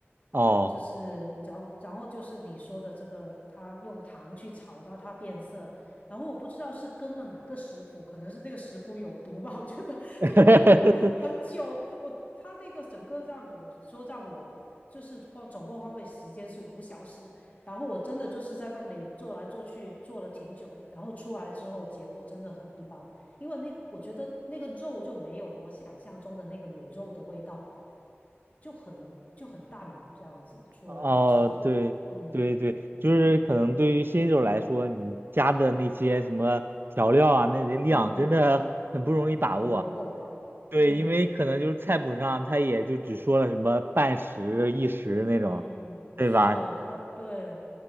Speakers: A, on the right; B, on the left.
A: 哦，
B: 就是然后然后就是你说的这个，它用糖去炒到它变色，然后我不知道是跟了哪个食谱，可能是那个食谱有毒吧，我觉得
A: <laughs>
B: <laughs> 就感觉很久，我它那个整个让我说让我就是花总共花费时间是五小时，然后我真的就是在那里做来做去，做了挺久的，然后出来之后结果真的很一般，因为那我觉得那个肉就没有我想象中的那个卤肉的味道，就很就很淡这样子出来的成果，
A: 哦，对对对，
B: 嗯
A: 就是可能对于新手来说，你加的那些什么调料啊，那得量真的很不容易把握。
B: 嗯，可能不够吧，
A: 对，
B: 嗯
A: 因为可能就是菜谱上他也就只说了什么半匙、一时那种，
B: 嗯，
A: 对吧？
B: 是它对。